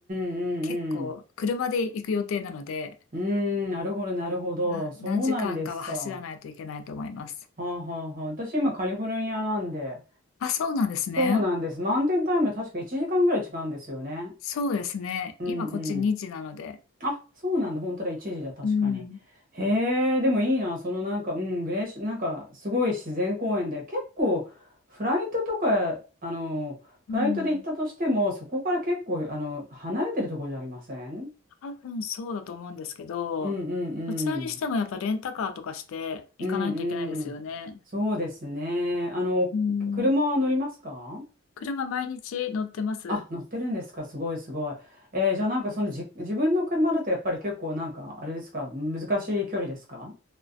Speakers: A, on the right; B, on the left.
A: うんうん
B: 結構、車で行く予定なので、
A: うん。うーん、なるほど、なるほど。
B: まあ、
A: そうなんですか。
B: 何時間かは走らないといけないと思います。
A: はあはあはあ。私、今、カリフォルニアなんで。
B: あ、そうなんですね。
A: そうなんです。マウンテンタイム、確か1時間ぐらい違うんですよね。
B: そうですね。
A: うんうん。
B: 今、こっち2時なので。
A: あ、そうなんだ。本当だ。一時だ。確かに。
B: うん。
A: へえ、でもいいな。そのなんか、うん、グレーシ、なんか、すごい自然公園で、結構、フライトとか、あの、フライトで行ったとしても、
B: うん
A: そこから結構、あの、離れてるところじゃありません
B: 多分そうだと思うんですけど、
A: うんうんうん。
B: どちらにしてもやっぱレンタカーとかして行かないといけないですよね。
A: うんうん。そうですね。あの、
B: うん。
A: 車は乗りますか
B: 車毎日乗ってます。
A: あ、乗ってるんですか。すごいすごい。えーじゃあなんかそのじ、自分の車だとやっぱり結構なんか、あれですか、難しい距離ですか